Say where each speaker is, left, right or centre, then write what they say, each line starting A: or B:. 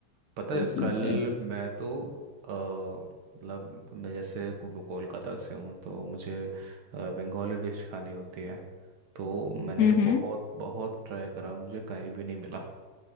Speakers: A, on the right (about 80°); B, on the left (about 85°).
A: पता है
B: वो चीज
A: कल
B: है
A: मैं तो अ, मतलब मैं जैसे को- कोलकाता से हूँ तो मुझे अ, बंगाली डिश खानी होती है तो मैंने
B: हम्म
A: बहुत बहुत ट्राई करा मुझे कहीं भी नहीं मिला